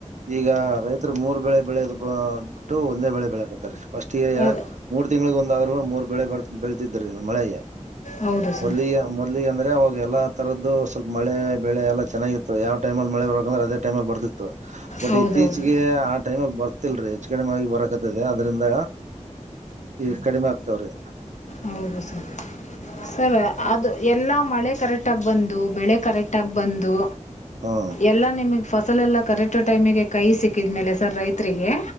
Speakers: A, on the right; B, on the left.
A: ಈಗ ರೈತರು ಮೂರ್ ಬೆಳೆ ಬೆಳೆದ ಬಿಟ್ಟು ಒಂದೇ ಬೆಳೆ ಬೆಳೆಕತಾರ. ಫಸ್ಟ ಎಯ
B: ಹೌದು
A: ಮೂರ್ ತಿಂಗಳಿಗೋಂದಾದರು ಮೂರ್ ಬೆಳೆ ಬರ ಬೆಳತಿದ್ರಿ ಮಳೆಗೆ
B: ಹೌದು- ಹೌದು ಸರ್
A: ಮೊದ್ಲಿಗೆ ಮೊದ್ಲಿಗೆ ಅಂದ್ರೆ ಅವಾಗ ಎಲ್ಲಾ ತರದ್ದ ಸ್ವಲ್ಪ ಮಳೆ ಬೆಳೆ ಎಲ್ಲ ಚೆನ್ನಾಗಿತ್ತು. ಯಾವಟೈಮಲ್ಲ ಮಳ ಬರಬೇಕ ಅಂದ್ರ ಅದೇ ಟೈಮಲ್ಲಿ ಬರ್ತಿ ಬಟ್
B: ಹೌದೌದು
A: ಇತ್ತೀಚೆಗೆ ಆ ಟೈಮ್ ಅಲ್ಲಿ ಬರ್ತಿಲ್ರೀ. ಹೆಚ್ಚ ಕಡಿಮೆ ಆಗ ಬರಕತದೆ ಅದ್ರಿಂದ ಈಗ್ ಕಡಿಮೆ ಆಗ್ತವ್ರಿ.
B: ಹೌದು ಸರ್ ಸರ್ ಅದು ಎಲ್ಲ ಮಳೆ ಕರೆಕ್ಟಾಗಿ ಬಂದು ಬೆಳೆ ಕರೆಕ್ಟಾಗಿ ಬಂದು
A: ಹಾ
B: ಎಲ್ಲ ನಿಮಗೆ ಫ ಅಸಲೆೆಲ್ಲ ಕರೆಕ್ಟ್ ಟೈಮಿಗೆ ಕೈ ಸಿಕ್ಕಿದ ಮೇಲೆ ಸರ್ ರೈತರಿಗೆ